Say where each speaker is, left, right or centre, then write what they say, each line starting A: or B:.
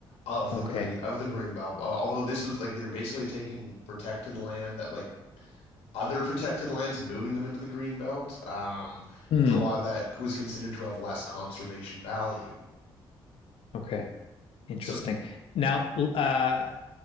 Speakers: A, on the left; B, on the left.
A: of
B: Okay.
A: the green of the green belt. Uh, although this was like they were basically taking protected land that like other protected lands and moving them into the green belt, um,
B: Hmm.
A: and a lot of that was considered to have less conservation value.
B: Okay. Interesting.
A: So
B: Now, uh,